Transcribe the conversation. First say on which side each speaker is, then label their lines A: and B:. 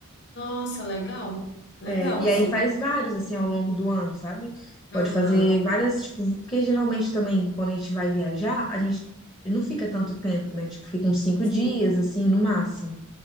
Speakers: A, on the left; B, on the left.
A: Nossa, legal, legal,
B: É, e
A: assim.
B: aí faz vários, assim, ao longo do ano, sabe? Pode
A: Aham,
B: fazer várias, tipo, porque geralmente também, quando a gente vai viajar, a gente não fica tanto tempo, né? Tipo, fica uns cinco
A: sim.
B: dias, assim, no máximo.